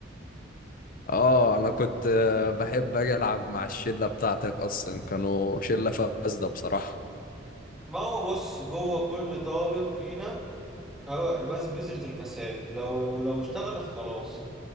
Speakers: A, on the left; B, in the centre.
A: اه انا كنت آه، بحب اجي العب مع الشله بتاعتك اصلا كانوا شله فاسده بصراحه
B: ما هو بص جوه كل طالب فينا اه بس بذرة الفساد لو لو اشتغلت خلاص